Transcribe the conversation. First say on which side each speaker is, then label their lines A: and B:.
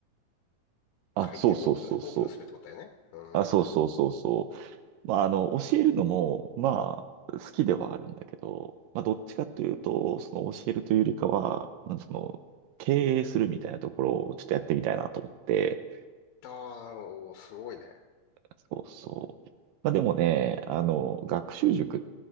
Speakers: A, on the right (about 75°); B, on the left (about 75°).
A: あ、
B: 開店、
A: そうそうそうそう。
B: オープン、オープンするってことだよね。うん。
A: あ、そうそうそうそう。
B: あ
A: まあ、あの、教えるのも、まあ、好きではあるんだけど、まあ、どっちかというと、その教えるというよりかは、うんその、経営するみたいなところをちょっとやってみたいなと思って、
B: あ、なるほど。おーすごいね。
A: そうそう。まあ、でもね、あの、学習塾っ